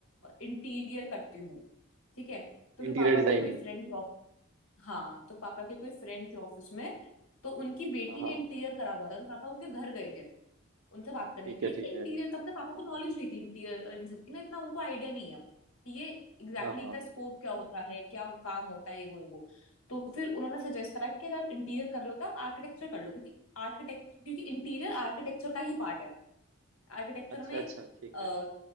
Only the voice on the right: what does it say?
Interior
designing
हाँ हाँ
ठीक
है
ठीक
है
हाँ
हाँ हाँ
अच्छा
अच्छा ठीक
है